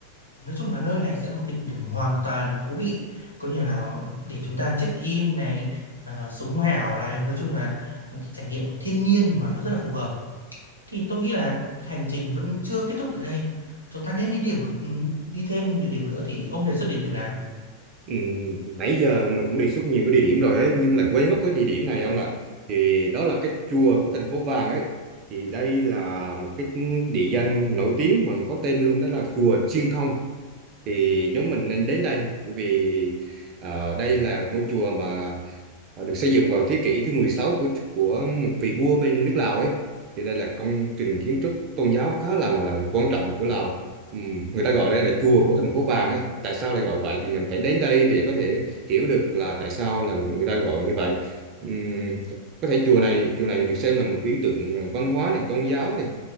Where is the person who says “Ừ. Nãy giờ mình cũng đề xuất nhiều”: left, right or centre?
Right